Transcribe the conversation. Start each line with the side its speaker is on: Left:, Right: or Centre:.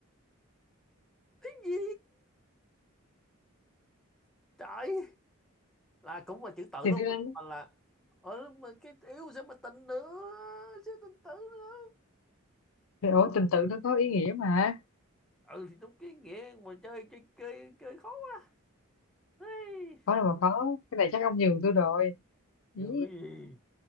Centre: cái gì trời là cũng là chữ tự
Left: thì
Centre: luôn
Left: tôi đang
Centre: mà là ừ, mà cái yêu sẽ mà tình nữa sao tình tự nữa
Left: thì ủa tình tự nó có ý nghĩa mà
Centre: ừ thì đúng cái nghĩa mà chơi chơi chơi chơi khó quá Ê,
Left: khó đâu mà khó cái này chắc ông nhường tôi rồi Ý.
Centre: dường cái gì